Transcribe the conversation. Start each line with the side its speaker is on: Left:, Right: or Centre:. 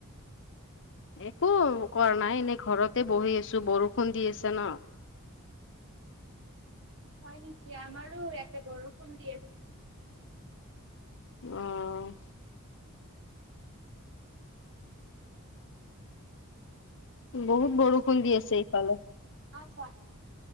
Left: একো কৰা নাই। এনেই ঘৰতে বহি আছো বৰষুণ দি আছে ন।
Right: হয় নেকি? আমাৰো ইয়াতে বৰষুণ দিয়ে।
Left: অঁ। বহুত বৰষুণ দি আছে এইফালে।
Right: ইচ্ছা।